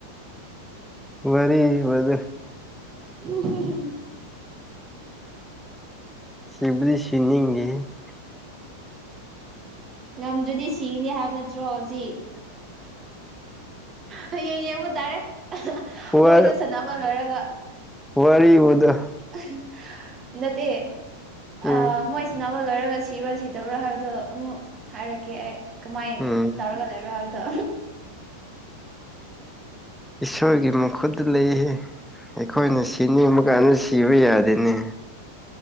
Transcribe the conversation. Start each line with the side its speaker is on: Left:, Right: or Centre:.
Centre: ꯋꯥꯔꯤ ꯋꯥꯗꯨ
Right: <unintelligible>
Centre: ꯁꯤꯕꯨꯗꯤ ꯁꯤꯅꯤꯒꯦ <unintelligible>
Right: ꯉꯝꯗ꯭ꯔꯗꯤ ꯁꯤꯅꯤ ꯍꯥꯏꯕ ꯅꯠꯇ꯭ꯔꯣ ꯍꯧꯖꯤ ꯍꯌꯦꯡ ꯌꯦꯡꯕ ꯇꯥꯔꯦ
Centre: ꯋꯥ
Right: ꯃꯣꯏꯗꯣ ꯁꯅꯃ ꯂꯣꯏꯔꯒ
Centre: ꯋꯥꯔꯤꯕꯨꯗꯣ
Right: <unintelligible> ꯅꯠꯇꯦ ꯑꯥ
Centre: ꯎꯝ
Right: ꯃꯣꯏ ꯁꯅꯕ ꯂꯣꯏꯔꯒ ꯁꯤꯕ꯭ꯔꯥ ꯁꯤꯗꯕ꯭ꯔꯥ ꯍꯥꯏꯕꯗꯣ ꯑꯃꯨꯛ ꯍꯥꯏꯔꯛꯀꯦ ꯑꯩ ꯀꯃꯥꯏ
Centre: ꯎꯝ
Right: ꯇꯧꯔꯒ ꯂꯩꯕ꯭ꯔꯣ ꯍꯥꯏꯕꯗꯣ
Centre: ꯏꯁꯣꯔꯒꯤ ꯃꯈꯨꯠꯇ ꯂꯩ ꯑꯩꯈꯣꯏꯅ ꯁꯤꯅꯤꯡꯕ ꯀꯥꯟꯗ ꯁꯤꯕ ꯌꯥꯗꯦꯅꯦ